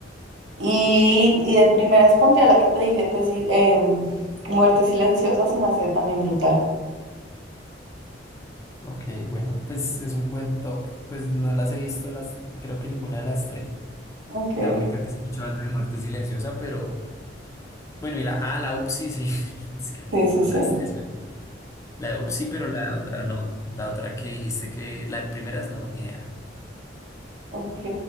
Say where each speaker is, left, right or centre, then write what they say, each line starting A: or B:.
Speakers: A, on the right (about 80°); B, on the left (about 15°).
A: Y, y de primeras pondría la que te dije, tesis, em, Muerte Silenciosa, se me hace también brutal.
B: Ok, bueno, pues es un buen top. Pues no las he visto, las, creo que ninguna de las tres.
A: Ok,
B: La única que he escuchado es la de Muerte Silenciosa, pero... Bueno, y la A, la UPSI, sí. <laughs> Es que ninguna
A: sí, sí,
B: de
A: sí.
B: las tres. bueno. La UPSI, pero la otra no. La otra que dijiste que. La de primeras no, ni idea.
A: Ok.